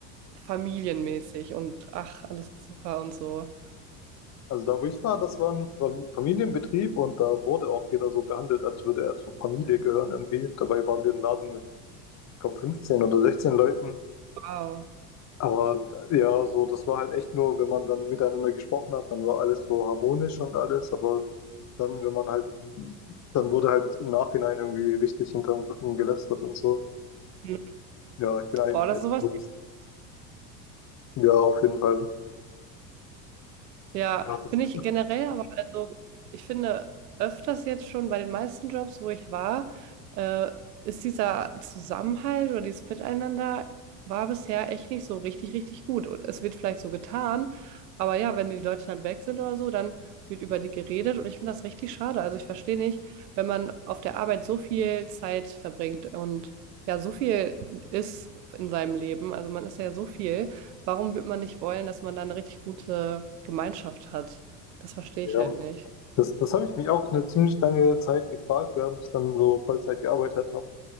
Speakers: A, on the right; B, on the left.
A: familienmäßig und ach, alles ist super und so.
B: Also da, wo ich war, das war ein Fam- Familienbetrieb und da wurde auch jeder so behandelt, als würde er zur Familie gehören irgendwie. Und dabei waren wir ein Laden mit, ich glaube, 15 oder 16 Leuten.
A: Wow.
B: Aber äh, ja, so, das war halt echt nur, wenn man dann miteinander gesprochen hat, dann war alles so harmonisch und alles. Aber dann, wenn man halt, dann wurde halt im Nachhinein irgendwie richtig hinterm Rücken gelästert und so.
A: Hm.
B: Ja, ich bin eigentlich
A: Boah, das
B: echt.
A: ist sowas.
B: gut. Ja, auf jeden Fall.
A: Ja,
B: Ja, das,
A: finde ich generell, aber also ich finde öfters jetzt schon bei den meisten Jobs, wo ich war, äh, ist dieser Zusammenhalt oder dieses Miteinander war bisher echt nicht so richtig, richtig gut. Und es wird vielleicht so getan, aber ja, wenn die Leute dann weg sind oder so, dann wird über die geredet und ich finde das richtig schade. Also ich verstehe nicht, wenn man auf der Arbeit so viel Zeit verbringt und ja, so viel ist in seinem Leben, also man ist ja so viel warum wird man nicht wollen, dass man da eine richtig gute Gemeinschaft hat? Das verstehe
B: ja.
A: ich halt nicht.
B: Das, das habe ich mich auch eine ziemlich lange Zeit gefragt, während ich dann so Vollzeit gearbeitet habe.